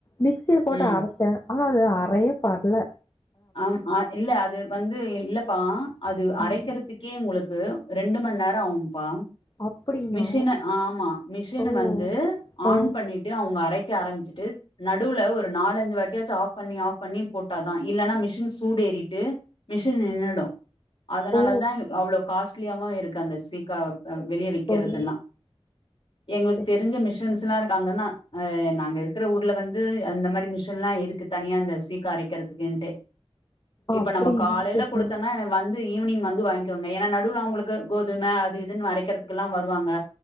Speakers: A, on the left; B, on the left.
A: மிக்சில போட்டு
B: ம்
A: அரச்ச அஹாது அறயபட்ல
B: ஆம் அ இல்ல அது வந்து இல்லப்பா அது
A: ம்
B: அரக்கற்துக்கே உங்களுக் கு ரெண்டு மண் நேர ஆவும்பா
A: அப்டிங்களா
B: மிஷின ஆமா மிஷினு
A: ஓ
B: வந்து ஆன்
A: ஆ
B: பண்ணிட்டு அவுங்க அரை க்க ஆரமிச்சுட்டு நடுவ்ல ஒரு நாலஞ்சு வாட்யாச்சு ஆஃப் பண்ணி ஆஃப் பண்ணி போட்டாதா இ ல்லனா மிஷின் சூட் ஏறிட்டு மிஷின் நின்னுடு அதனால
A: ஓ
B: தாயு அவ்ளோ காஸ்ட் க்ளியாமா இருக்கு அந்த சீக்கா வெளிய விக்கறதெல்லா
A: சரி
B: எங்ளுக்
A: சரி
B: தெரிஞ்ச மிஷன்ஸ் துலா இருக்காங்கன்னா அ நாங்க இருக்குற ஊர்ல வந்து அந்த மாரி மிஷன்லா இருக்கு தனியா அந்த சீக்கா அரக்கிறத் சுகேன்ட்டே இப்ப
A: அப்டிங்களா
B: நம்ம காலைல
A: சரி
B: குடுத்தன்ன
A: சரி
B: வன் து ஈவுனிங் வந்து வாய்ங்க்கவந்த ஏன்னா நடுவுல அவுங்குளுக்கு கோதும அது இதுன் வரக்கற்துக்குல்லா வருவாங்க